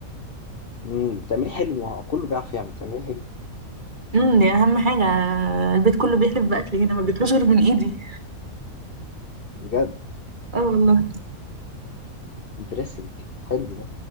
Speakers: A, on the left; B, on the right.
A: امم بتعمليه حلو ما هو كله بيعرف يعمل بتعمليه حلو
B: امم دي اهم حاجه البيت كله بيحلف باكل هنا ما بياكلوش غير من ايدي
A: بجد
B: اه والله
A: امبرسنج حلو ده